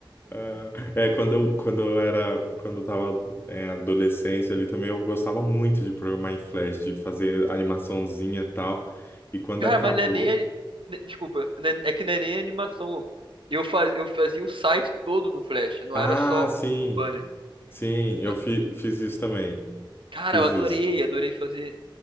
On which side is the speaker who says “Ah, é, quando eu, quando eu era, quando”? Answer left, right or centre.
Left